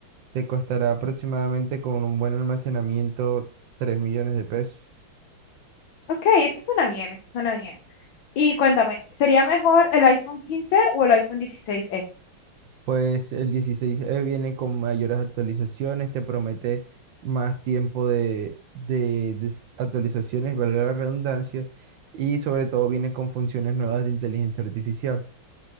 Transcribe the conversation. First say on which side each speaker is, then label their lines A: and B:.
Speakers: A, on the right; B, on the left.
A: Te costará aproximadamente con un buen almacenamiento 3 millones de pesos.
B: Ok, eso suena bien, eso suena bien. Y cuéntame, ¿sería mejor el iPhone quince o el iPhone dieciséis e
A: Pues el 16E viene con mayores actualizaciones, te promete más tiempo de, de de s- actualizaciones, valga la redundancia, y sobre todo viene con funciones nuevas de inteligencia artificial.